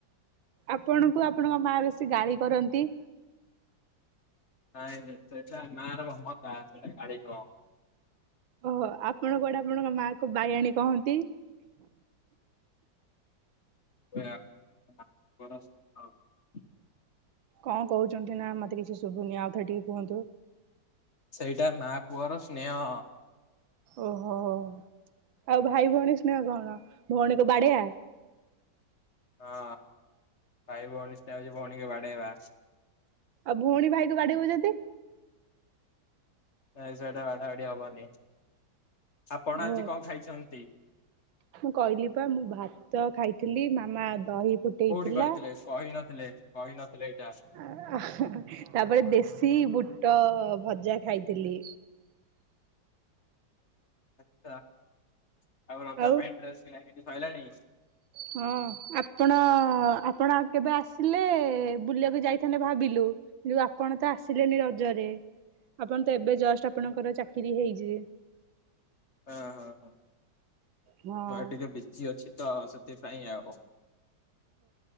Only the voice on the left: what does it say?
ନାଇଁ ନାଇଁ ସେଇଟା ମାଁ ର ଭମତା ସେଇଟା ଗାଳି ନୁହଁ।
<unintelligible>
ସେଇଟା ମା ପୁଅର ସ୍ନେହ।
ହଁ। ଭାଇ ଭୋଉଣୀ ସ୍ନେହ ହୋଉଚି ଭଉଣୀ ବା ଏବା
ମୁଁ <unintelligible> ସେଇଟା ବାଡା ବିଡି ହବନି। ଆପଣ
ଆଜି କଣ ଖାଇଛନ୍ତି?
କୋଉଠି କହିଥିଲେ କହିନଥିଲେ କହିନଥିଲେ ଏଇଟା।
ଆଚ୍ଛା। ଆଉ କଣ ରେ
ପାଇଁ ଡ୍ରେସ୍ କିଣା ଏନୁ ସଇଲାଣି?
ହ ହଁ ହଁ
ମୁଁ ଆଉ ଟିକେ ବିଜି ଅଛି ତ ସେଥିପାଇଁ ଆଉ ଓ